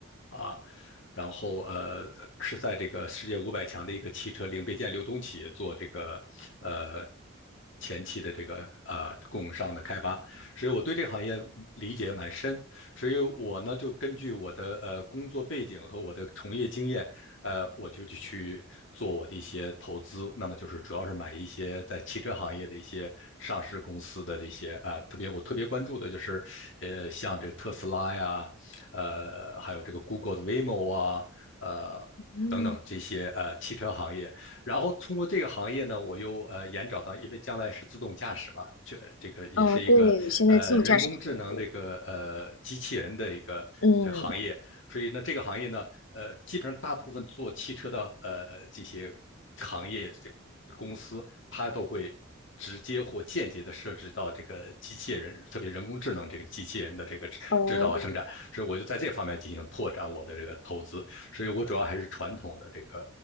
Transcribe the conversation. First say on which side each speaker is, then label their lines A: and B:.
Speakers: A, on the left (about 65°); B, on the left (about 80°).
A: 啊，然后呃是在这个世界五百强的一个汽车零配件流通企业做这个呃前期的这个呃供应商的开发，所以我对这个行业理解蛮深，所以我呢就根据我的呃工作背景和我的从业经验，呃我就去去做我的一些投资，那么就是主要是买一些在汽车行业的一些上市公司的这些啊、呃特别我特别关注的就是呃像这个特斯拉呀。呃，还有这个 Google 的 Waymo 啊，呃。
B: 嗯
A: 等等这些呃汽车行业，然后通过这个行业呢，我又呃延找到，因为将来是自动驾驶嘛，这这个也是一个呃人工智能这个呃机器人的一个这个行业，
B: 哦，对，现在自动驾驶很火。嗯
A: 所以呢这个行业呢，呃基本上大部分做汽车的呃这些行业这公司，它都会直接或间接的涉及到这个机器人，特别人工智能这个机器人的这个制造和生产。
B: 哦，
A: 所以我就在这方面进行拓展我的这个投资。所以我主要还是传统的这个